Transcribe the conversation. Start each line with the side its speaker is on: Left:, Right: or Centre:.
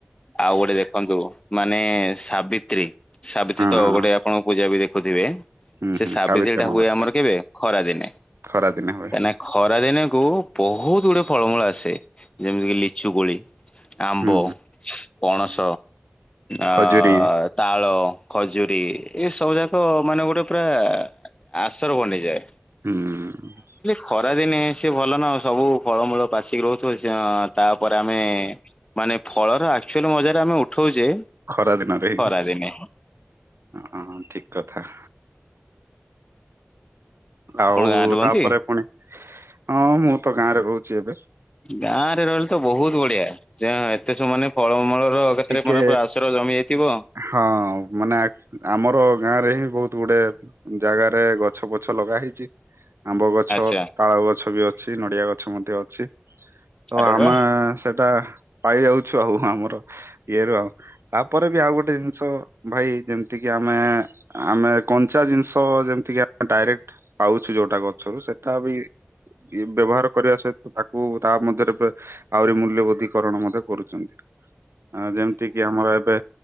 Left: ଆଉ ଗୋଟେ ଦେଖନ୍ତୁ ମାନେ ସାବିତ୍ରୀ ସାବିତ୍ରୀ
Right: ହଁ
Left: ତ
Right: ହଁ
Left: ଗୋଟେ ଆପଣଙ୍କୁ ପୂଜା ବି ଦେଖ। ଖୁଥିବେ
Right: ହୁଁ
Left: ସେ
Right: ହୁଁ
Left: ସାବିତ୍ରୀଟା
Right: ସାବିତ୍ରୀ ଅମାବାସ୍ୟା
Left: ହୁଏ। ଆମର କେବେ ଖରା ଦିନେ
Right: ଖରା ଦିନେ ହୁଏ
Left: ହେଲା ଖରାଦିନକୁ ବହୁତ ଗୁଡିଏ ଫଳମୂଳ ଆସେ। ଯେମିତି କିି ଲିଚୁ କୋଳି ଆମ୍ବ
Right: ହୁଁ
Left: ପଣସ ଆ
Right: ଖଜୁରୀ
Left: ତାଳ, ଖଜୁରୀ ଏ ସବୁ ଯାକ ମାନେ ଗୋଟେ ପୁରା ଆଶର୍ ବନିଯାଏ।
Right: ହୁଁ।
Left: ଖରାଦିନେ ସିଏ ଭଲ ନା ସବୁ ଫଳମୂଳ ପାଚିବ। ତାପରେ ଆମେ ମାନେ ଫଳର ଆଚୁଆଲି ମଜାରେ ଆମେ ଉଠଉଛେ।
Right: ଖରା ଦିନରେ
Left: ଖରା ଦିନେ
Right: ହଁ ଠିକ କଥା। ଆଉ
Left: ଆପଣ ଗାଁରେ ରୁହନ୍ତି?
Right: ତାପରେ ପୁଣି ହଁ ମୁଁ ତ ଗାଁରେ ରହୁଛି ଏବେ।
Left: ଗାଁ ରେ ରହିଲେ ତ ବହୁତ ବଢିଆ। ଯେ ହଁ ଏତେ ସମାନେ ଫଳମୂଳ ର କେତରେ
Right: ଟିକେ
Left: ମାର ପୁରା ଆସର ଜମି ଯାଇଥିବ।
Right: ହଁ ମାନେ ଆଶ୍ ଆମର ଗାଁ ରେ ହିଁ ବହୁତ ଗୁଡେ ଜାଗାରେ ଗଛ ପ ଗଛ ଲଗା ହେଇଛି ଆମ୍ବ ଗଛ
Left: ଆଚ୍ଛା
Right: ତାଳ ଗଛ ବି ଅଛି ନଡିଆ ଗଛ ମଧ୍ୟ ଅଛି। ତ
Left: ଆରେ
Right: ଆମେ
Left: ବା
Right: ସେଇଟା ପାଇ ଯାଉଛୁ ଆଉ ଆମର ଇଏରୁ ଆଉ। ତାପରେ ବି ଆଉ ଗୋଟେ ଜିନିଷ ଭାଇ ଯେମିତି କିି ଆମେ ଆମେ କଞ୍ଚା ଜିନିଷ ଯେମିତିକି ଆମେ ଡାଇରେକ୍ଟ ପାଉଛୁ ଯୋଉଟା ଗଛରୁ ସେଟା ବି ବ୍ୟବହାର କରିବା ସହିତ ତାକୁ ତା ମଧ୍ୟରେ ବେ ଆହୁରି ମୂଲ୍ୟବୋଦ୍ଧିକରଣ ମଧ୍ୟ କରୁଚନ୍ତି। ଆ ଯେମିତି କି ଆମର ଏବେ